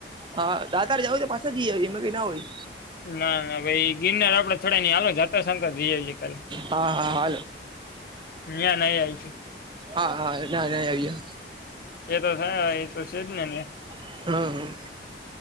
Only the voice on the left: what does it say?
ના ના ભાઈ ગિરનાર આપડે છોડા ની હાલો શંકર જી આવી છે કાલે
ના્યા ન આવીશ
એ તો થાય એ તો છેજ ને